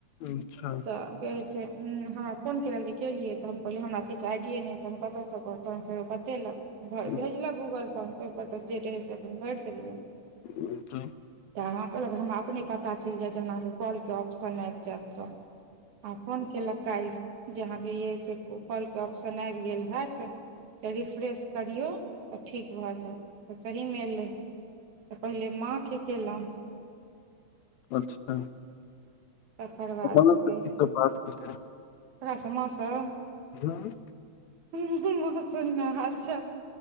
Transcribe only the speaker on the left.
अच्छा
हम्म,
<unintelligible>
अच्छा
माँ
से
सब
बात भेलै
हँ